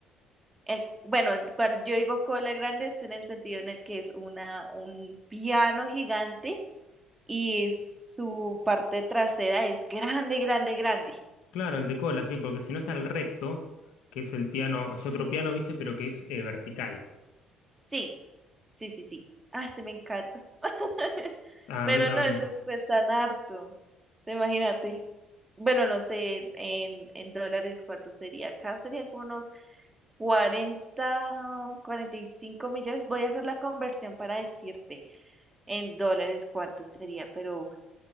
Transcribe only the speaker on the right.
El, bueno, cuando yo digo cola grande es en el sentido en el que es una, un piano gigante y su parte trasera es grande, grande, grande.
Sí, sí, sí, sí. Ah, se me encanta. <laughs>
Pero
no, eso cuesta harto. Imagínate. Bueno, no sé en, en dólares cuánto sería. Acá serían como unos cuarenta, cuarenta y cinco millones. Voy a hacer la conversión para decirte. En dólares, ¿cuánto sería? Pero